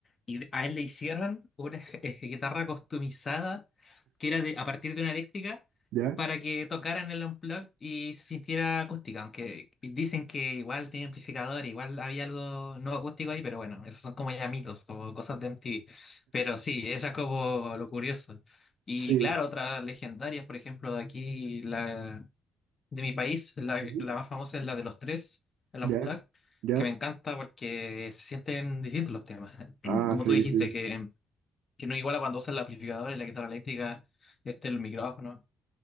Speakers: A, on the left (about 40°); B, on the right (about 85°).
A: Y a él le hicieron una <laughs> eh, guitarra customizada que era de, a partir de una eléctrica
B: ¿Ya?
A: para que tocara en el unplugged y se sintiera acústica, aunque dicen que igual tenía amplificador, igual había algo no acústico ahí, pero bueno, esos son como ya mitos, como cosas de MTV. Pero sí, eso es como lo curioso. Y
B: Sí.
A: claro, otras legendarias, por ejemplo, de aquí, la, de mi país, la,
B: ujú,
A: la más famosa es la de los tres, el
B: ¿Ya?
A: popular,
B: ¿Ya?
A: que me encanta porque se sienten distintos los temas. <clears throat>
B: Ah,
A: Como
B: sí,
A: tú dijiste,
B: sí.
A: que, que no iguala cuando usan el amplificador y la guitarra eléctrica, este, el micrófono,